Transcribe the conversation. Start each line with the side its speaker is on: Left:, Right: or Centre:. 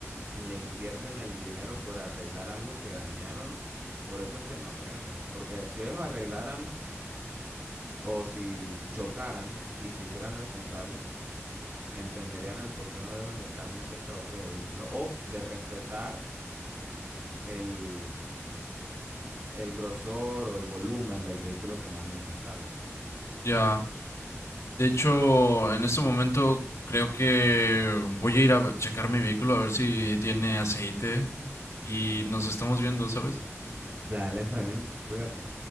Right: le invierten el dinero por arreglar algo que dañaron, por eso es que no aprenden, porque si ellos arreglaran o si chocaran y se hicieran responsables, entenderían el por qué no deben de estar muy cerca de otro vehículo o de respetar el, el grosor o el volumen del vehículo que manejan, ¿sabes?
Left: Ya. De hecho, en este momento creo que voy a ir a checar mi vehículo a ver si tiene aceite y nos estamos viendo, ¿sabes?
Right: Dale, está bien, cuídate.